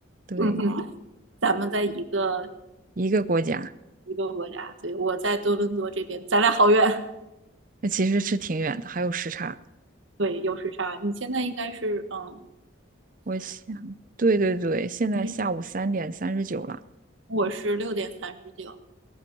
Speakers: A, on the right; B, on the right.
A: 对，
B: 嗯哼，<laughs> 咱们在一个
A: 一个国家，
B: 一个国家，对，我在多伦多这边，咱俩好远。
A: 那其实是挺远的，还有时差。
B: <laughs> 对，有时差。你现在应该是嗯，
A: 我想，对对对，现在下午三点三十九了。
B: 你我是六点三十九。